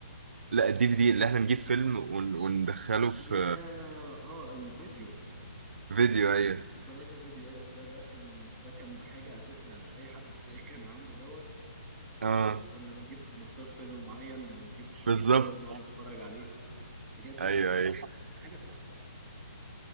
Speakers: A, on the right; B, in the centre.
A: لا الدي في دي اللي احنا نجيب فيلم ون وندخله في
B: يا اه الفيديو
A: فيديو ايوه
B: شرايط الفيديو ده ده كان ده كان حاجه اساسا يعني مش اي حد <laughs> كان عنده دوت وكنا
A: اه
B: بنجيب نختار فيلم معين ونجيب الشريط
A: بالظبط
B: ده ونقعد نتفرج عليه بجد
A: ايوه
B: كانت
A: ايوه
B: كانت حاجه تحفه